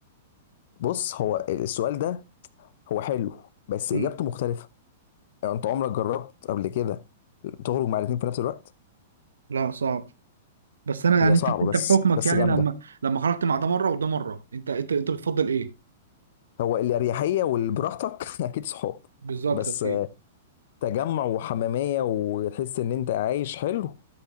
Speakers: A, on the left; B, on the right.
A: بص هو السؤال ده هو حلو بس
B: مم.
A: اجابته مختلفه يعني انت عمرك جربت قبل كده تخرج مع الاثنين في نفس الوقت
B: لا صعب بس انا يعني
A: هي صعبه
B: انت انت
A: بس
B: بحكمك
A: بس
B: يعني
A: جامده
B: لما لما خرجت مع ده مره وده مره انت انت انت بتفضل ايه
A: هو الاريحيه والبراحتك <laughs> اكيد صحاب
B: بالظبط
A: بس
B: اكيد
A: تجمع وحماميه وتحس ان انت عايش حلو